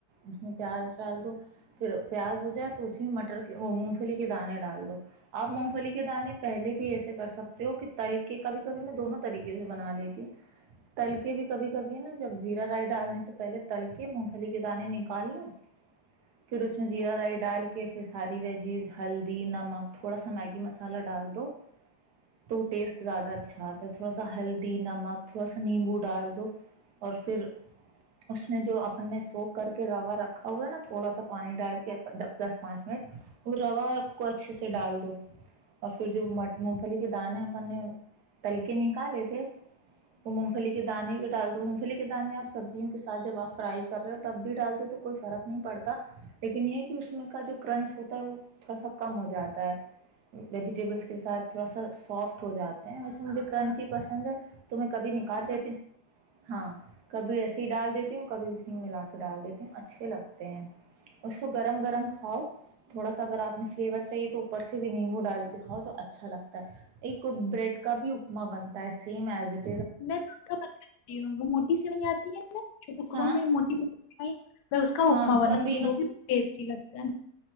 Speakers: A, on the right; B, on the left.
A: اس میں پیاز ڈال دو پھر پیاز ہو جائے تو اسی میں مٹر کے مونگ پھلی کے دانے ڈال دو آپ مونگ پھلی کے دانے پہلے بھی ایسے کر سکتے ہو کہ تل کے کبھی کبھی میں دونوں طریقے سے بنا لیتی ہوں تل کے بھی کبھی کبھی ہے نا جب زیرا رائی ڈالنے سے پہلے تل کے مونگفلی کے دانے نکال لو پھر اس میں زیرہ رائی ڈال کے پھر ساری ویجیز ہلدی نمک تھوڑا سا میگی مسالہ ڈال دو تو ٹیسٹ زیادہ اچھا آتا ہے تھوڑا سا ہلدی نمک تھوڑا سا نیمبو ڈال دو اور پھر اس میں جو اپن سو کر کے روا رکھ ا ہوا نا تھوڑا سا پانی ڈال کے دس پانچ وہ روا آپ کو اچھے سے سے ڈال دو اور پھر جو مونگ پھلی کے دانے اپننے تل کے نکالے تھے وہ مونگ پھلی کے دانے پہ ڈال دو مونگ پھلی کے دانے آپ سبزیوں کے ساتھ جب آپ فرائی کر رہے ہو تب بھی ڈال دو تو کوئی فرق نہیں پڑتا لیکن یہ کہ اس میں کا جو کرنچ ہوتا ہے وہ تھوڑا سا کم ہو جاتا ویجیٹیبلس کے ساتھ تھوڑا سا سافٹ ہو جاتے ہیں ویسے مجھے کرنچی پسند ہے تو میں کبھی نکال لیتی ہاں کبھی ایسے ہی ڈال دیتی ہوں کبھی اسی ملا کے ڈال دیتی ہوں اچھے لگتے ہیں اس کو گرم گرم کھاؤ تھوڑا سا اگر آپ نے فلیور چاہیے تو اوپر سے بھی نیمبو ڈال کے کاؤ تو اچھا لگتا ہے ایک بریڈ کا بھی اپما بنتا ہے سیم ایز ا
B: میں کرتی ہوں وہ موٹی سی نہیں آتی ہے میں ٹکڑا
A: ہاں
B: ہوں میری موٹی کو میں اس کا
A: ہاں
B: اپما بنی
A: بمبینو
B: وہ بھی ٹیسٹی لگتا ہے